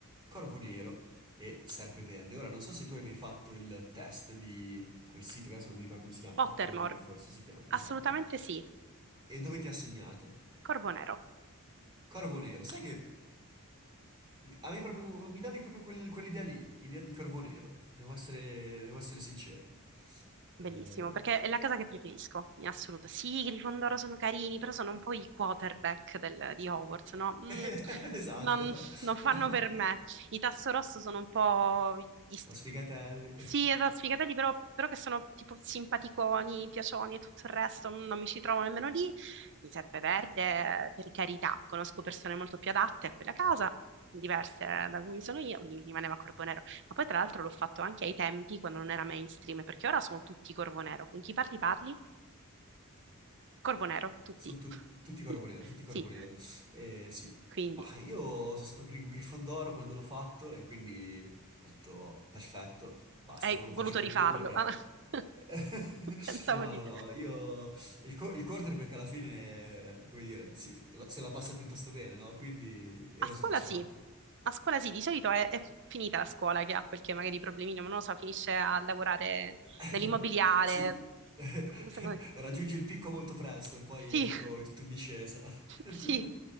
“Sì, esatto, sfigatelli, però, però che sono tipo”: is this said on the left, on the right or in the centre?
Right